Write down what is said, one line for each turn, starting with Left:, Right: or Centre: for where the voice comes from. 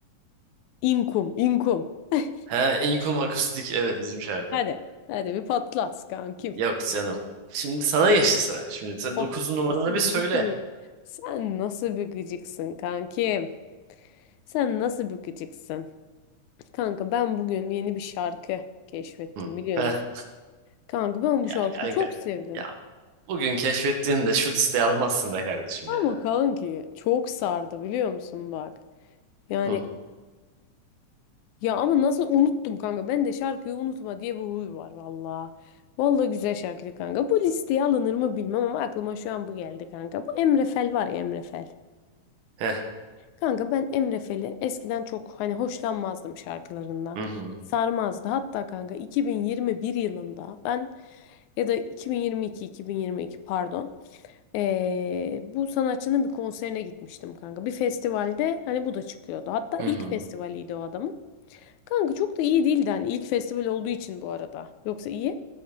Left: İnkum, inkum. <laughs>
Right: Ha, İnkum Akustik. Evet, bizim şarkı.
Left: Hadi. Hadi bir patlat kankim.
Right: Yok canım. Şimdi sana geçti sıra. Şimdi sen
Left: Of.
Right: 9 numaranı
Left: Sen
Right: bir söyle.
Left: nasıl bir, sen nasıl bir gıcıksın kankim? Sen nasıl bir gıcıksın? Kanka ben bugün yeni bir şarkı keşfettim
Right: Hı.
Left: biliyor
Right: Heh.
Left: musun? Kanka ben
Right: Ya
Left: bu şarkıyı
Right: kanka.
Left: çok sevdim.
Right: Ya Bugün keşfettiğinde şu listeyi almazsın be kardeşim
Left: Ama
Right: ya.
Left: kanki çok sardı biliyor musun bak. Yani
Right: Hı,
Left: ya ama nasıl unuttum kanka. Ben de şarkıyı unutma diye bir huy var valla. Valla güzel şarkıydı kanka. Bu listeye alınır mı bilmem ama aklıma şu an bu geldi kanka. Bu Emre Fel var ya Emre Fel.
Right: heh,
Left: Kanka ben Emre Fel'i eskiden çok hani hoşlanmazdım şarkılarından.
Right: hı hı,
Left: Sarmazdı. Hatta kanka 2021 yılında ben ya da 2022-2022 pardon. Ee, bu sanatçının bir konserine gitmiştim kanka. Bir festivalde hani bu da çıkıyordu. Hatta
Right: hı
Left: ilk
Right: hı,
Left: festivaliydi o adamın. Kanka çok da iyi değildi hani ilk festival olduğu için bu arada. Yoksa iyi.